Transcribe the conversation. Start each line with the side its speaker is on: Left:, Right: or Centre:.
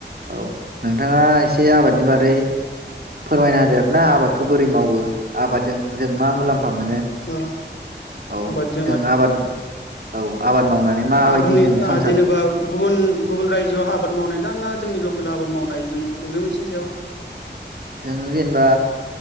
Right: औ नोंथाङा एसे आबादनि बारै फोरमायना होदो आरोना आबादखौ बोरै मावो आबादजों जों मा मुलाम्फा मोनो
Left: ओ
Right: औ
Left: आबादजों
Right: जों आबाद औ आबाद मावनानै माबायदि
Left: आधुनि
Right: जोङो संसार
Left: जेनेबा गुबुन गुबुन रायजोआव आबाद मावनाय ना ना जोंनि लकेल खेल आबाद मावनाय जों बबे मोनसेनि सायाव‌
Right: जों जेनेबा